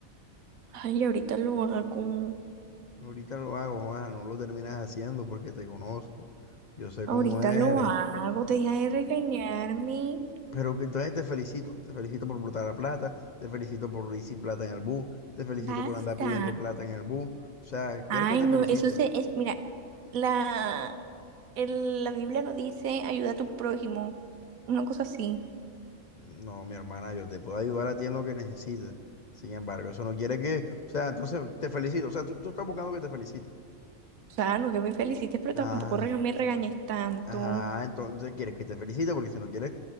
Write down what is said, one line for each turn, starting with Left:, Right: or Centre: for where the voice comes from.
Right: Ay, ahorita lo hago.
Left: Ahorita lo hago, Juanja, no lo terminas haciendo porque te conozco. Yo sé
Right: Ahorita
Left: cómo eres.
Right: lo hago. Deja de regañarme.
Left: Pero que entonces te felicito, te felicito por botar la plata, te felicito por ir sin plata en el bus, te felicito
Right: Basta.
Left: por andar pidiendo plata en el bus. O sea, ¿quieres
Right: Ay,
Left: que te
Right: no,
Left: felicite?
Right: eso se, es, mira, la, el- la Biblia no dice ayuda a tu prójimo, una cosa así.
Left: No, mi hermana, yo te puedo ayudar a ti en lo que necesites. Sin embargo, eso no quiere que, o sea, entonces te felicito, o sea, tú, tú estás buscando que te felicite.
Right: O sea, no que me felicites, pero
Left: Ah,
Right: tampoco rega- me regañes tanto.
Left: ah, entonces quieres que te felicite porque si no quieres,